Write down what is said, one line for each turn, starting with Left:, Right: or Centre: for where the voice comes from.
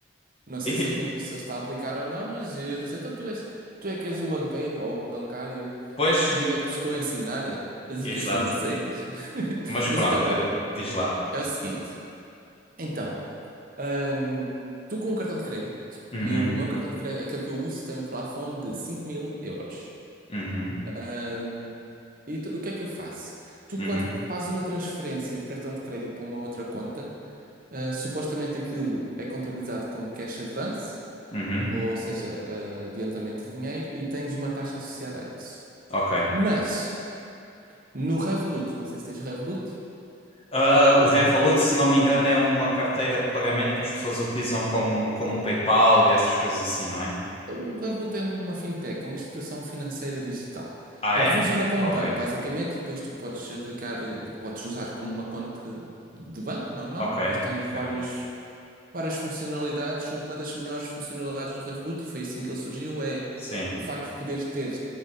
Right: Não sei
Left: E,
Right: se ele, cont- se ele está a aplicar ou não, mas eu disse: Então tu és, tu é que és o banqueiro ou o bancário
Left: Pois,
Right: E eu é que te estou a ensinar as
Left: exato.
Right: dicas financeiras. <laughs>
Left: Mas pronto,
Right: Mas então, olha,
Left: de- diz lá.
Right: é o seguinte. Então, hum, tu com um cartão de crédito,
Left: Uhum,
Right: e o meu cartão de crédito, aquele que eu uso, tem um plafond de cinco mil euros.
Left: uhum,
Right: Hum, e tu- o que é que eu faço? Tu,
Left: uhum,
Right: quando fazes uma transferência de cartão de crédito para uma outra conta, ah, supostamente aquilo é contabilizado como cash advance,
Left: uhum.
Right: ou seja, ah, adiantamento de dinheiro, e tens uma taxa associada a isso.
Left: Ok.
Right: Mas, no Revolut, não sei se tens Revolut,
Left: Ah, o Revolut, se não me engano, é uma carteira de pagamento que as pessoas utilizam como, como o PayPal e essas coisas assim, não é?
Right: O Revolut é uma fintech, é uma instituição financeira digital.
Left: Ah,
Right: Aqui
Left: é?
Right: funciona como
Left: Ok,
Right: banco, basicamente, e depois tu podes aplicar, eh, podes usar como uma conta de banco normal,
Left: ok,
Right: depois tens
Left: ok.
Right: vários, várias funcionalidades. Uma das melhores funcionalidades do Revolut, e foi assim que ele surgiu, é
Left: Sim.
Right: o facto de poderes ter